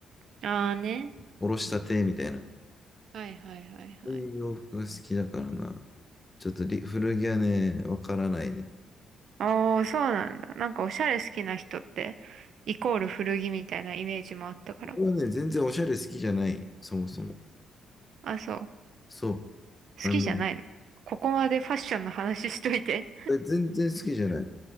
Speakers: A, on the right (about 65°); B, on the left (about 20°).
A: ああね。
B: おろしたてみたいな。
A: はいはいはいはい。
B: そういう洋服が好きだからな。ちょっとリ古着はね、わからないね。
A: ああ、そうなんだ。なんかおしゃれ好きな人って、イコール古着みたいなイメージもあったから。
B: これはね、全然おしゃれ好きじゃない。そもそも。
A: あ、そう。好
B: そう。あの、
A: きじゃないの。ここまでファッションの話しといて。
B: 全然好きじゃない。